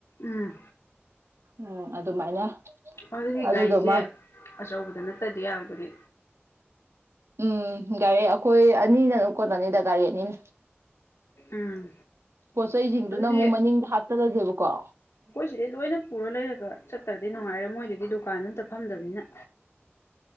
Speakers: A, on the left; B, on the right.
A: ꯎꯝ
B: ꯎꯝ ꯑꯗꯨꯃꯥꯏꯅ
A: ꯑꯗꯨꯗꯤ
B: ꯑꯗꯨꯗꯨꯃ
A: ꯒꯥꯔꯤꯖꯦ ꯑꯆꯧꯕꯗ ꯅꯠꯇꯗꯤ ꯌꯥꯔꯣꯏꯗꯨꯔꯤ
B: ꯎꯝ ꯒꯥꯔꯤ ꯑꯩꯈꯣꯏ ꯑꯅꯤꯅ ꯑꯗꯨꯝ ꯀꯣꯟꯅꯅꯤꯗ ꯒꯥꯔꯤ ꯑꯅꯤꯅ
A: ꯎꯝ
B: ꯄꯣꯠꯆꯩꯖꯤꯡꯗꯨꯅ
A: ꯑꯗꯨꯗꯤ
B: ꯑꯃꯨꯛ ꯃꯅꯤꯡꯗ ꯍꯥꯞꯆꯜꯂꯖꯦꯕꯀꯣ
A: ꯑꯩꯈꯣꯏ ꯁꯤꯗꯩ ꯂꯣꯏꯅ ꯄꯨꯔ ꯂꯩꯔꯒ ꯆꯠꯇ꯭ꯔꯗꯤ ꯅꯨꯡꯉꯥꯏꯔꯣꯏ ꯃꯣꯏꯗꯨꯗꯤ ꯗꯨꯀꯥꯟꯖꯨ ꯑꯝꯇ ꯐꯝꯗꯕꯅꯤꯅ